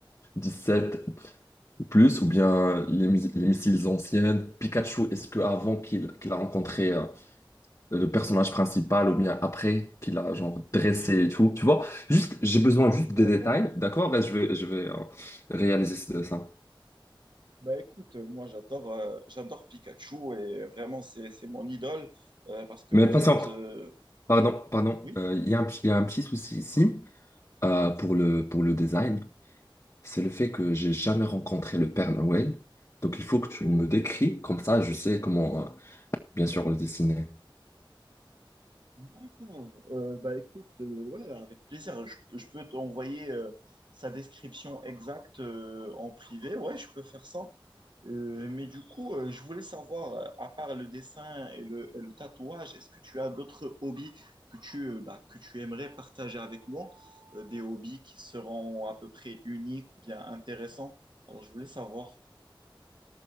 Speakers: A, on the left; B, on the right.
A: sept plus ou bien euh, les, mis- les missiles anciennes? Pikachu, est-ce que avant qu'il qu'il a rencontré euh, le personnage principal ou bien après qu'il a genre dressé et tout, tu vois. Juste, j'ai besoin juste
B: D'accord.
A: des détails, d'accord? Ben, je vais, je vais euh, réaliser ce- ça.
B: Bah écoute, euh, moi j'adore euh, j'adore Pikachu et euh, vraiment c'est c'est mon idole euh, parce que
A: Mais
B: en fait
A: patiente,
B: euh,
A: pardon, pardon.
B: oui
A: Euh, Il y a un, petit- il y a un petit souci ici euh, pour le, pour le design. C'est le fait que j'ai jamais rencontré le Père Noël. Donc il faut que tu me décris, comme ça je sais comment, euh, bien sûr, le dessiner.
B: D'accord. Euh, bah écoute, euh, ouais, avec plaisir. Je, je peux t'envoyer euh, sa description exacte euh, en privé. Ouais, je peux faire ça. Euh, mais du coup, euh, je voulais savoir, euh, à part le dessin et le, et le tatouage, est-ce que tu as d'autres hobbies que tu, euh, bah, que tu aimerais partager avec moi? Euh, des hobbies qui seront à peu près uniques ou bien intéressants? Alors, je voulais savoir.